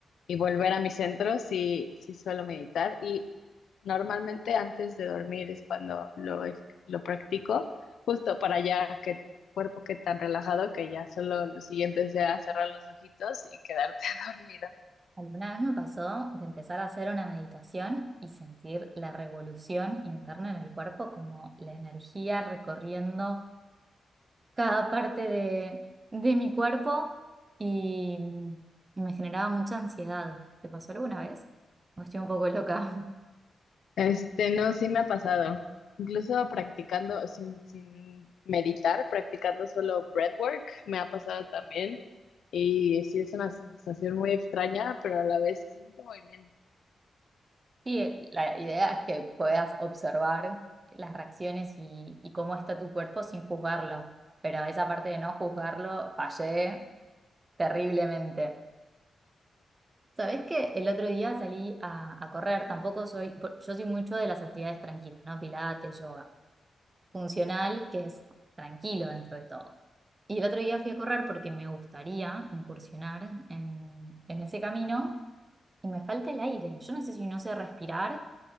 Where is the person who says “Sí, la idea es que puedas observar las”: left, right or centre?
Right